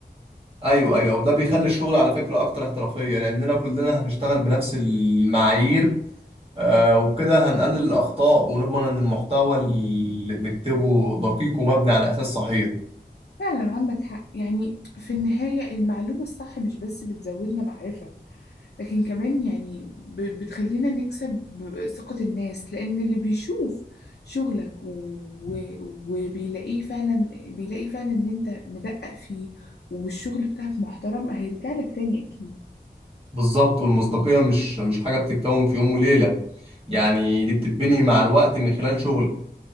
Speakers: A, on the right; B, on the left.
A: أيوة أيوة وده بيخلي الشغل على فكرة أكتر احترافية لأننا كلنا هنشتغل بنفس المعايير آه وبكده هنقلل الأخطاء ونضمن إن المحتوى اللي بنكتبه دقيق ومبني على أساس صحيح
B: فعلا عندك حق يعني في النهاية المعلومة الصح مش بس بتزودنا معرفة لكن كمان يعني ب- بتخلينا نكسب ثقة الناس لأن اللي بيشوف شغلك و... وبيلاقيه فعلا بيلاقي فعلا إن أنت مدقق فيه والشغل بتاعك محترم هيرجع لك تاني أكيد
A: بالظبط والمصداقية مش مش حاجة بتتكون في يوم وليلة يعني دي بتتبني مع الوقت من خلال شغل